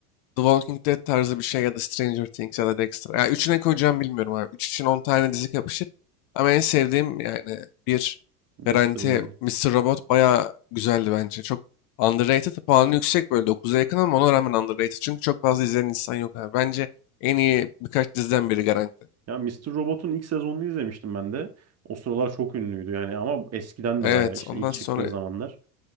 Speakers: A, on the left; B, on the right.
A: The Walking Dead tarzı bir şey ya da Stranger Things ya da Dexter. Ya üçüne koyacağım bilmiyorum abi. Üç için 10 tane dizi yapışır. Ama en sevdiğim yani bir
B: Mr.
A: garanti
B: Robot.
A: Mr. Robot bayağı güzeldi bence. Çok underrated puanı yüksek böyle dokuz'a yakın ama ona rağmen underrated. Çünkü çok fazla izleyen insan yok abi. Bence en iyi birkaç diziden biri garanti.
B: Ya Mister Robot'un ilk sezonunu izlemiştim ben de. O sıralar çok ünlüydü yani ama eskiden
A: Evet
B: de bayağı işte
A: ondan
B: ilk çıktığı
A: sonra
B: zamanlar.